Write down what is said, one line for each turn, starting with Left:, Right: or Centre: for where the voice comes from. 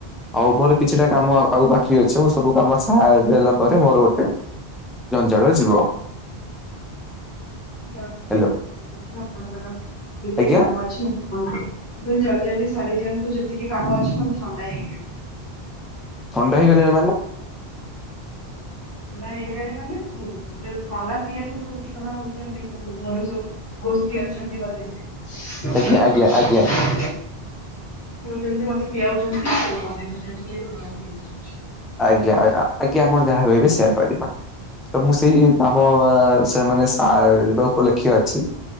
Centre: ଆଉ ମୋର କିଛିଟା କାମ ଆଉ ବାକି ଅଛି ମୁଁ ସବୁ କାମ ସାରି ଦେଲା ପରେ ମୋର ଗୋଟେ ଜଞ୍ଜାଳ ଯିବ।
Left: ଜଲଦି
Centre: ହ୍ୟାଲୋ
Left: ଜଲଦି ଆପଣଙ୍କର ଯେତେ
Centre: ଆଜ୍ଞା
Left: କାମ ଅଛି ଏମିତି ହ ଜଲ୍ଦି ଜଲଦି ସାରି ଦିଅନ୍ତୁ ଯେତିକି କାମ ଅଛି ମୋତେ ଥଣ୍ଡା ହେଇଗଲାଣି।
Centre: ଥଣ୍ଡା ହେଇଲାଣି ମାନେ?
Left: ଥଣ୍ଡା ହେଇଗଲାଣି ମାନେ ଯୋଉ ଥଣ୍ଡା ପିଇବାକୁ ଉଛନ ହଉଛନ୍ତି ମନୁଷ। ଗୋଷ୍ଠୀ ଅଛନ୍ତି କଲେଜରେ।
Centre: ଆଜ୍ଞା ଆଜ୍ଞା ଆଜ୍ଞା।
Left: ପିଉଛନ୍ତି ମତେ ପିଆଉଛନ୍ତି ମ ଦେହଟା ଟିକେ ଖରାପ ହେଇଯାଉଛି।
Centre: ଆଜ୍ଞା ଆୟା। ଆଜ୍ଞ ଆପଣ ଯାହା କହିବେ ସେଇୟା କରିବା ତ ମୁଁ ସେଇ କାମ ସେ ମାନେ ସା ଡ଼ ଉପଲକ୍ଷ୍ୟେ ଅଛି।